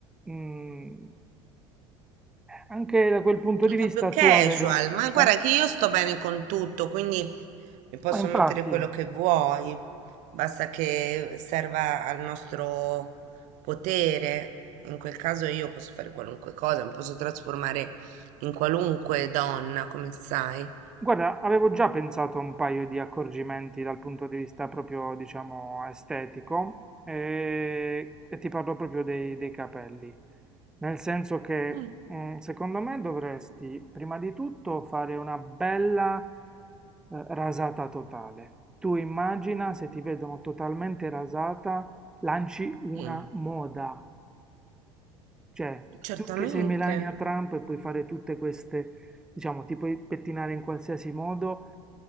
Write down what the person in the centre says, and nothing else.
mm, anche da quel punto di
vista
tu avere un...
un cam-
Ma infatti...
Guarda, avevo già pensato a un paio di accorgimenti dal punto di vista proprio, diciamo, estetico e, e ti parlo proprio dei, dei capelli. Nel senso che,
mm, secondo me, dovresti prima di tutto fare una bella, eh, rasata totale. Tu immagina se ti vedono totalmente rasata, lanci una
moda. Cioè,
tu che sei Melania Trump e puoi fare tutte queste, diciamo, ti puoi pettinare in qualsiasi modo,